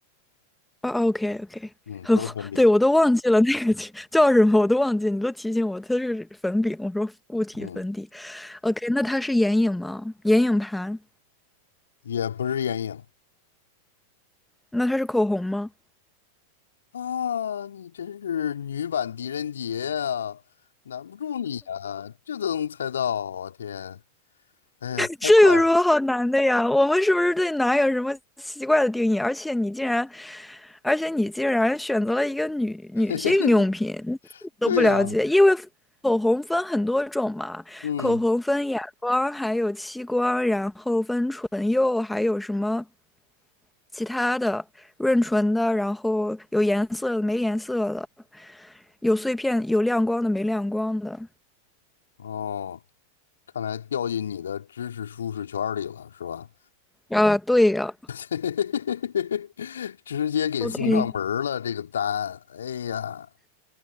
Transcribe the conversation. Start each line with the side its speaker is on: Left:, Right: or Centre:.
Centre: 哦，OK OK，
Left: 嗯，
Centre: <laughs>
Left: 不是粉饼，
Centre: 对，我都忘记了那个叫叫什么，我都忘记，你都提醒我，它是粉饼，我说固体粉底。
Left: 嗯，
Centre: OK，那它是眼影吗？眼影盘？
Left: 也不是眼影。
Centre: 那它是口红吗？
Left: 啊，你真是女版狄仁杰啊，难不住你啊，这都能猜到啊，我天，哎呀，
Centre: 这有什么好难的呀？
Left: 太快了，
Centre: 我们是不是对难有什么奇怪的定义？而且你竟然，而且你竟然选择了一个女女性用品，
Left: <laughs>
Centre: 你自己都不了解，
Left: 对呀，
Centre: 因为口红分很多种嘛，
Left: 嗯，
Centre: 口红分哑光，还有漆光，然后分唇釉，还有什么其他的润唇的，然后有颜色的，没颜色的，有碎片，有亮光的，没亮光的。
Left: 哦，看来掉进你的知识舒适圈里了，是吧？
Centre: 啊，对呀
Left: <laughs> 直接给送上门儿了，
Centre: ，OK，
Left: 这个答案，哎呀，